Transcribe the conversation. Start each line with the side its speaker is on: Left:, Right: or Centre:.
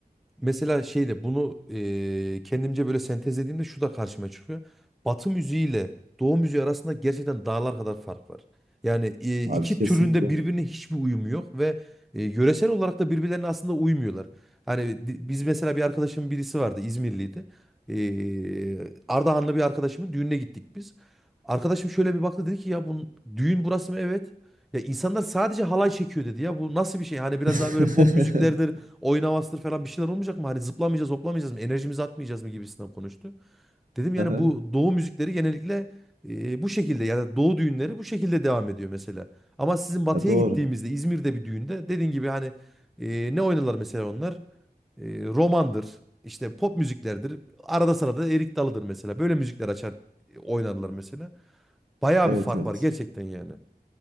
Centre: Mesela şeyde bunu eee, kendimce böyle sentezlediğimde şu da karşıma çıkıyor. Batı müziğiyle Doğu müziği arasında gerçekten dağlar kadar fark var. Yani eee, iki
Right: Abi kesinlikle.
Centre: türünde birbirine hiçbir uyumu yok ve eee, yöresel olarak da birbirlerine aslında uymuyorlar. Hani di- biz mesela bir arkadaşımın birisi vardı İzmirliydi. Eee Ardahanlı bir arkadaşımın düğününe gittik biz. Arkadaşım şöyle bir baktı dedi ki ya bu düğün burası mı? Evet. Ya insanlar sadece halay çekiyor dedi ya bu nasıl bir şey? Hani biraz
Right: <laughs>
Centre: daha böyle pop müziklerdir. Oynamazdır falan bir şeyler olmayacak mı? Hani zıplamayacağız, hoplamayacağız mı? Enerjimizi atmayacağız mı gibisinden konuştu. Dedim yani
Right: Aha.
Centre: bu doğu müzikleri genellikle e, bu şekilde yani doğu düğünleri bu şekilde devam ediyor mesela. Ama sizin batıya
Right: Ya doğru.
Centre: gittiğimizde İzmir'de bir düğünde dediğin gibi hani e, ne oynarlar mesela onlar? E, romandır, işte pop müziklerdir. Arada sırada da Erik Dalı'dır mesela. Böyle müzikler açar e, oynarlar mesela. Bayağı
Right: Evet
Centre: bir fark
Right: evet.
Centre: var gerçekten yani.